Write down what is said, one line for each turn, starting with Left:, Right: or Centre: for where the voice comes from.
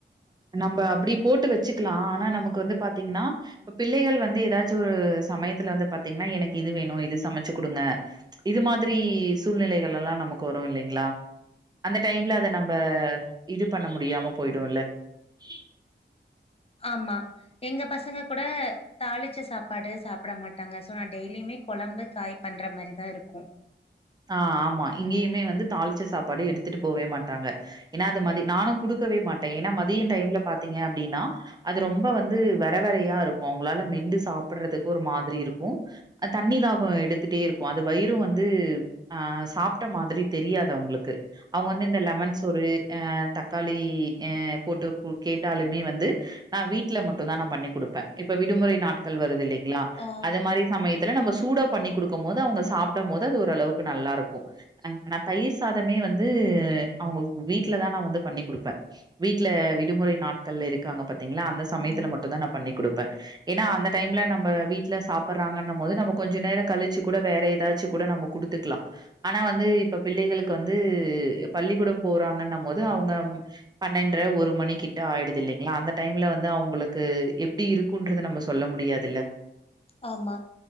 Right: நம்ம அப்டி போட்டு வச்சுக்கலா ஆனா நமக்கு வந்து பாத்தீங்கன்னா பிள்ளைகள் வந்து எதாச்சு ஒரு சமயத்துல வந்து பாத்தீங்கன்னா எனக்கு இது வேணு இது சமைச்சு குடுங்க இது மாதிரி சூழ்நிலைகளெல்லா நம்ம நமக்கு வரும் இல்லைங்களா அந்த டைம்ல அத நம்ம இது பண்ண முடியாம போயிடும் இல்ல <inaudible>
Left: ஆமா எங்க பசங்க கூட தாளிச்ச சாப்பாடு சாப்பிட மாட்டாங்க சோ நா டெய்லியுமே கொழம்பு காய் பண்ற மாரி தா இருக்கும்
Right: ஆ ஆமா இங்கேயுமே வந்து தாளிச்ச சாப்பாடு எடுத்துட்டு போவே மாட்டாங்க ஏன்னா அது மாதிரி நானு குடுக்க குடுக்கவே மாட்டே ஏன்னா மதியம் டைம்ல பார்த்தீங்கனா அப்படின்னா அது ரொம்ப வந்து வர வரையா இருக்கு அவங்களால மென் ண்டு சாப்பிடுறதுக்கு ஒரு மாதிரி இருக்கு தண்ணி தாக எடுத்துட்டே இருக்கு அது வயிரு வந்து ஆ சாப்ட்ட மாதிரி தெரியாது அவங்களுக்கு அவங்க வந்து இந்த லெமன் சோறு ஆ தக்காளி போட்டு கேட்டாலுமே வந்து நா வீட்டல மட்டும்தா நா பண்ணி் கொடுப்பே இப்ப விடுமுறை நாட்டு நாட்கள் வருது இல்லைங்களா
Left: ஆ
Right: அது மாதிரி சமயத்துல நம்ம சூடா பண்ணி குடுக்கு போது அவங்க சாப்பிடு போது அது ஒரளவுக்கு நல்லா இருக்கு நா தயிர் சாதமே வந்து அவங்க வீட்டுல தா வந்து பண்ணி் கொடுப்பே வீட்டுல விடுமுறை நாட்கள் இருக்காங்க பாத்தீங்களா அந்த சமயத்துல
Left: ம்,
Right: மட்டும்த நா பண்ணி் கொடுக்க ஏன்னா அந்த டைம்ல நம்ம வீட்டுல சாப்படுறாங்கன்னு போது நம்ம கொஞ்ச நேர கழிச்சு கூட வேற ஏதாச்சு கூட நம்ம குடுத்து லா ஆனா வந்து இப்ப பிள்ளைகளுக்கு வந்து பள்ளிக்கூடம் போறாங்கன்ன போது அவங்க பன்னரெண்டுற ஒரு மணி கிட்ட ஆயிடுது இல்லைங்களா அந்த டைம்ல வந்து அவங்களுக்கு எப்படி இருக்கும்றது நம்ம சொல்ல முடியாதுல்ல
Left: ஆமா